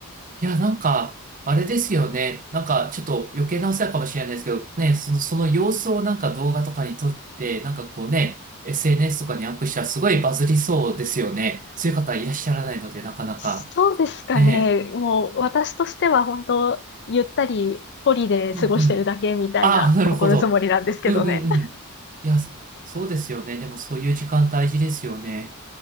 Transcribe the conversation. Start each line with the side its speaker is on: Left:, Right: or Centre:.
Right: いや、なんか、あれですよね。なんか、ちょっと余計なお世話かもしれないですけど、ね、その、その様子をなんか動画とかに撮って、なんかこうね、SNS とかにアップしたらすごいバズりそうですよね。そういう方いらっしゃらないので、なかなか。
Left: そうですかね。
Right: ね。
Left: もう私としては本当、ゆったりホリで過ごしてるだけみたいな心づもりなんですけどね。
Right: うんうん。ああ、なるほど。うんうんうん。いや、そそうですよね。でもそういう時間大事ですよね。